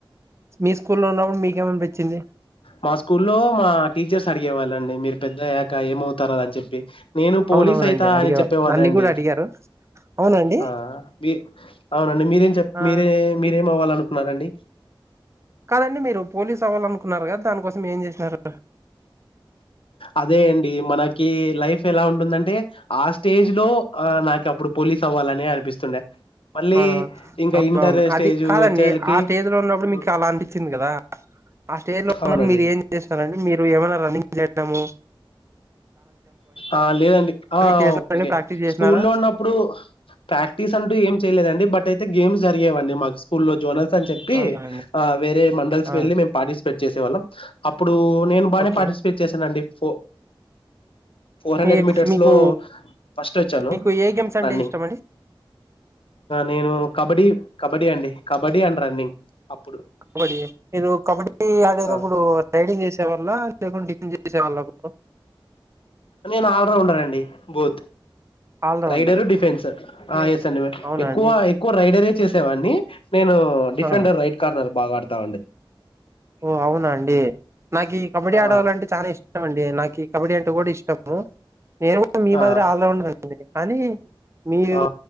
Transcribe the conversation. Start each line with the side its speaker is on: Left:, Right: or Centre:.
Right: మీ స్కూల్లో ఉన్నప్పుడు మీకేమని అనిపించింది
Left: మా స్కూల్లో మా టీచర్స్ అడిగే వాళ్ళండి మీరు పెద్ద అయ్యాక ఏం అవుతారని చెప్పి నేను పోలీస్
Right: అవునవునండి
Left: ఐతా
Right: అడిగేవారు
Left: అని చెప్పేవాని
Right: నన్ని
Left: అండి
Right: కూడా అడిగారు అవునండి
Left: ఆ బి అవున మీరేం చెప్
Right: ఆ
Left: మీరే మీరేం అవాలనుకున్ ఉన్నారండి
Right: కాదండి మీరు పోలీస్ అవ్వాలను కున్నారు గదా దానికోసం ఏమ్ చేసినారు
Left: అదే అండి మనకి లైఫ్ ఎలా ఉంటుందంటే ఆ స్టేజ్ లో ఆ నాకు అప్పుడు పోలీస్ అవ్వాలని అనిపిస్తుండే మళ్ళీ
Right: అవునవును
Left: ఇంకా
Right: అవునవును
Left: ఇంటర్ స్టేజ్
Right: అది కాదండి
Left: వచ్చేళ్ళకి
Right: ఆ ఆ ఆ స్టేజ్ లో ఉన్నప్పుడు
Left: హ్మ్.
Right: మీకు అలా అనిపచ్చింది కదా ఆ స్టేజ్ లో ఉన్నప్పుడు
Left: అవునండి
Right: మీరు ఏం చేస్తునడి మీరు ఏమైనా రన్నింగ్ లేద్దాము
Left: ఆ లేదండి ఆ
Right: చేసినారండి
Left: ఓకే
Right: ప్రాక్టీస్ చేసినారా
Left: స్కూ లో ఉన్నప్పుడు ప్రాక్టీస్ అంటూ ఏం చేయలేదండి బట్ అయితే గేమ్స్ జరిగావండి మాకు స్కూల్ల్లో జోన అని చెప్పి
Right: అవునా అండి
Left: వేరే మండల్
Right: ఆ
Left: వెళ్లి పాటిస్పేట్ చేసేవాళ్ళు చేసేవాళ్ళం అప్పుడు అప్పుడు నేను బాగానే
Right: ఓకే
Left: పార్టిసిపేట్ చేశానండి పో మ
Right: మీ
Left: మీటర్స్
Right: మీకు
Left: లో ఫస్ట్ వచ్చాను
Right: మీకు ఏ గేమ్స్ అంటే
Left: రన్నింగ్
Right: ఇష్టం అండి
Left: నేను కబడి కబడ్డీ అండి కబడ్డీ అండ్ రన్నింగ్ అప్పుడు
Right: కబడ్డీ మీరు కబడ్డీ ఆడేటప్పుడు
Left: ఆ
Right: రైడింగ్ చేసి పళ్ డితన్జస పళ్లా ప
Left: నేను ఆల్ రౌండ్ అండి బోత్
Right: ఆల్రౌండర్
Left: రైడరు డిఫెన్స్ ఆ
Right: మీరు
Left: ఎస్ అండి
Right: అవునా
Left: ఎక్కువ
Right: అండి
Left: ఎక్కువ రైడర్ చేసేవాడిని నేను డిఫెండర్
Right: ఆ
Left: రైట్ కార్నర్ బాగా ఆడతావుంది
Right: ఓ అవునా అండి నాకు ఈ కబడ్డీ
Left: ఆ
Right: ఆడాలంటే చాలా ఇష్టం అండి నా కబడ్డీ అంటే కూడా ఇష్టం ఓ నేను కూడా మీ
Left: ఆ
Right: మాదిరి ఆల్రౌండర్ అండి కానీ మీరు
Left: ఆ